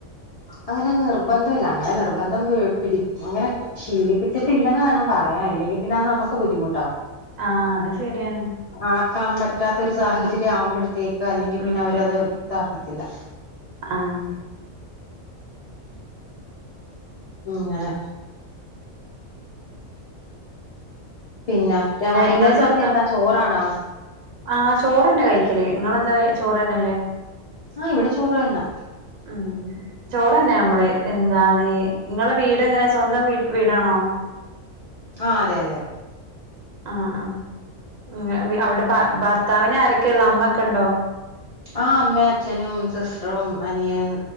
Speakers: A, on the left; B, on the right.
A: അങ്ങെനെ നിർബന്ധയില്ല അങ്ങെനെ നിർബന്ധം പി പിടി അങ്ങെനെ ശീലിപ്പി ച്ചിട്ടില്ലെന്ന് വേണം പറയാൻ ഇല്ലെങ്കി പിന്നെ അത് നമ്മക്ക് ബുദ്ധിമുട്ടാവും
B: ആഹ് അത് ശെര്യാണ്
A: ആക്കാം പറ്റാത്തൊരു സാഹചര്യം ആവുമ്പഴത്തേക്ക് അല്ലെങ്കി പിന്നെ
B: ഉം
A: അവരത്
B: ഉം
A: താക്കത്തില്ല
B: ആഹ്
A: ഉം ങ്ങെനെ പിന്നെ രാ വൈകുന്നേര്ത്തേക്കെന്താ
B: ഇങ്ങള് സ്വന്തം
A: ചോറാണോ
B: ആഹ് ചോറെന്നെ കഴിക്കല് ഇങ്ങെളെന്താ ചോറെന്നെല്ലേ
A: ആഹ് ഇവിടെ ചോറ് തന്നാ
B: ആഹ് ചോറ്ന്നെ അമ്മള് എന്താണ് ഇങ്ങെളെ വീട് എങ്ങെനെ സ്വന്തം വീ വീടാണോ <inaudible>
A: ആഹ് അതെ അതെ
B: ആഹ് ആഹ് ഉം വി അവിടെ ഭ ഭർത്താവിനാരൊക്കെെള്ള അമ്മക്കെണ്ടോ
A: ആഹ് അമ്മേം അച്ഛനും സിസ്റ്ററും അനിയൻ